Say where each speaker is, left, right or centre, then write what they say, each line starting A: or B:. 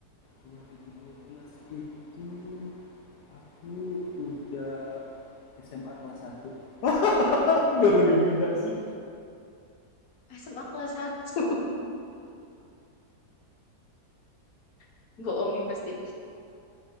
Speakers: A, on the left; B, on the left.
A: 2012 itu aku udah SMA kelas satu. <laughs> biar lebih muda sih.
B: SMA kelas satu, <laughs> Bohong nih pasti.